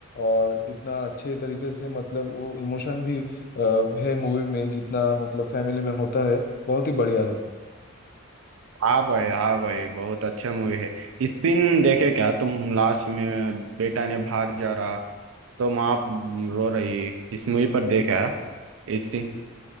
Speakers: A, on the left; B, on the right.
A: और इतना अच्छे तरीके से मतलब वो इमोशन भी अ, है मूवी में जितना मतलब फैमिली में होता है बहुत ही बढ़िया है
B: हाँ भाई हाँ भाई बहुत अच्छा मूवी है इस दिन देखे क्या तुम लास्ट में बेटा ने बाहर जा रहा तो माँ रो रही इस मूवी पर देखा इस सीन